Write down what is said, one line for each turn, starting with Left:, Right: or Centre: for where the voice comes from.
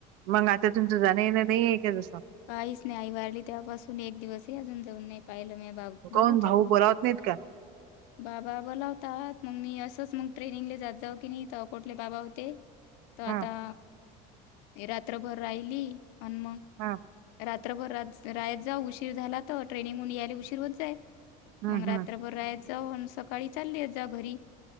Right: मग आता तुमचं जाणय ना नाही आहे का जसं
Left: काहीच नाही आई भारली त्यावपासून एक दिवसही अजून जाऊन नाही पाहिलं म बाबा
Right: काऊन
Left: भावाच्यावरर
Right: भाऊ बोलावत नाहीत का?
Left: बाबा बोलावतात मग मी असंच मग ट्रेनिंगले जात जाऊ की नाही तर कुठले बाबा होते तर आता
Right: हां,
Left: रात्रभर राहिली आणिन मग
Right: हा
Left: रात्रभर रायात जाऊ उशीर झाला तर ट्रेनिंगहून यायला उशीर होत जाय
Right: हं,
Left: मग
Right: हं,
Left: रात्रभर रायात जाऊ आणि सकाळी चाललीत जा घरी